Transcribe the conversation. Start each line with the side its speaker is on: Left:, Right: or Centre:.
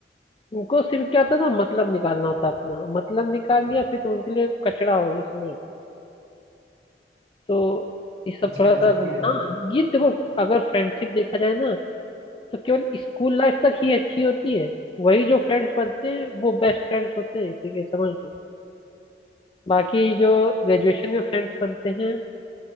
Left: उनको सिर्फ क्या होता है ना मतलब निकालना होता है अपना मतलब निकाल लिया फिर तुम उनके लिए कचरा हो ये समझ लो। तो ये सब
Right: अच्छा
Left: थोड़ा
Right: ऐसा
Left: सा
Right: भी है
Left: हाँ ये देखो अगर फ्रेंडशिप देखा जाए ना तो केवल स्कूल लाइफ तक ही अच्छी होती है वही जो फ्रेंड्स बनते हैं वो बेस्ट फ्रेंड्स होते हैं ठीक है समझ लो बाकी जो ग्रेजुएशन में फ्रेंड्स बनते हैं